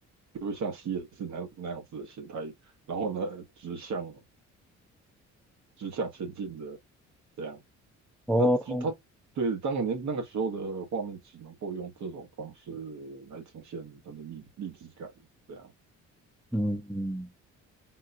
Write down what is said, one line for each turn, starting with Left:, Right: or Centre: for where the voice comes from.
Right: 就会像 C 也是那那样子的形态，然后呢，直向直向前进的这样。
Centre: 哦，
Right: 那其实它对当年那个时候的画面，只能够用这种方式来呈现它的立立体感，这样
Centre: 嗯，嗯